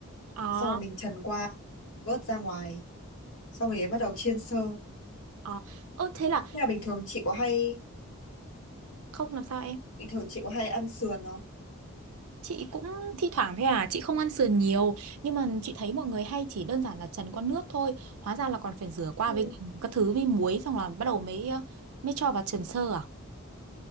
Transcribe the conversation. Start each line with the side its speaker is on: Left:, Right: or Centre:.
Right: ờ
Left: Xong rồi mình trần qua, vớt ra ngoài. Xong rồi bắt đầu chiên sơ
Right: ờ Ơ, thế là
Left: Nhà bình thường chị có hay
Right: không làm sao em
Left: bình thường chị có hay ăn sườn không?
Right: Chị cũng thi thoảng thôi à, chị không ăn sườn nhiều, nhưng mà chị thấy mọi người hay chỉ đơn giản là chần qua nước thôi, hóa ra là còn phải rửa qua
Left: Ừ.
Right: với gừng, các thứ với muối xong là bắt đầu mới ờ, mới cho vào trần sơ à?